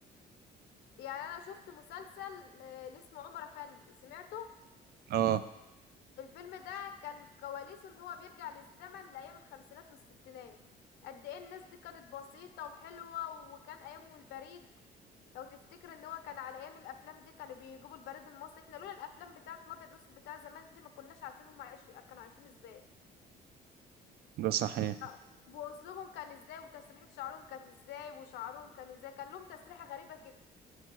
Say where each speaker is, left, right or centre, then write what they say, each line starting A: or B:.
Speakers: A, on the left (about 80°); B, on the right (about 70°).
A: يعني أنا شفت مسلسل آه، اللي اسمه عمر أفندي سمعته
B: اه
A: الفيلم ده كان كواليسه ان هو بيرجع للزمن لأيام الخمسينات والستينات قد ايه الناس دي كانت بسيطة وحلوة وكان أيامهم البريد لو تفتكر ان هو كان على ايام الافلام دي كانوا بيجيبوا البريد المصري احنا لولا الافلام بتاعه الابيض والاسود بتاع زمان دي ما كناش عارفين هم عايش... كانوا عايشين ازاي
B: ده صحيح
A: لا، واسلوبهم كان ازاي وتسريحة شعرهم كانت ازاي وشعرهم كان ازاي كان لهم تسريحة غريبة كده